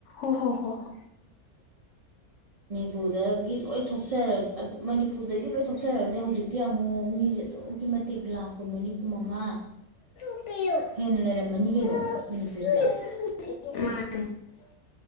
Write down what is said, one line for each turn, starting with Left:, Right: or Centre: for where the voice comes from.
Left: ꯎꯝ ꯍ ꯍꯣ ꯍꯣ ꯍ
Right: ꯃꯅꯤꯄꯗꯒꯤ ꯂꯣꯏ ꯊꯣꯛꯆꯔꯒ ꯃꯅꯤꯄꯨꯔꯗꯒꯤ ꯂꯣꯏ ꯊꯣꯛꯆꯔꯒꯗꯤ ꯍꯧꯖꯤꯛꯇꯤ ꯑꯃꯨꯛ ꯃꯤꯁꯦ ꯑꯗꯨꯛꯀꯤ ꯃꯇꯤꯛ ꯂꯥꯛꯀꯨꯝꯕꯅꯤ ꯀꯨꯟꯃꯉꯥ
Left: ꯄ
Right: ꯍꯦꯟꯅ ꯂꯩꯔꯝꯃꯅꯤ ꯀꯩꯅꯣ ꯃꯅꯤꯄꯨꯔꯁꯦ